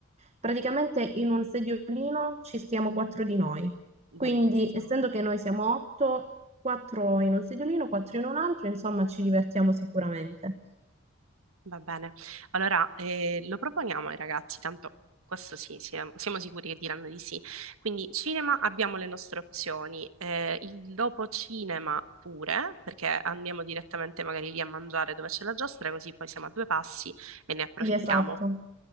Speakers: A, on the right (about 30°); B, on the right (about 75°).
A: praticamente in un sediolino ci stiamo quattro di noi. Quindi,
B: Bellissimo.
A: essendo che noi siamo otto, quattro in un sediolino, quattro in un altro, insomma, ci divertiamo sicuramente.
B: Va bene. Allora, eh, lo proponiamo ai ragazzi, tanto questo sì, siamo, siamo sicuri che diranno di sì. Quindi cinema abbiamo le nostre opzioni, eh, il dopo cinema pure, perché andiamo direttamente magari lì a mangiare dove c'è la giostra, così poi siamo a due passi e ne approfittiamo.
A: Sì, esatto.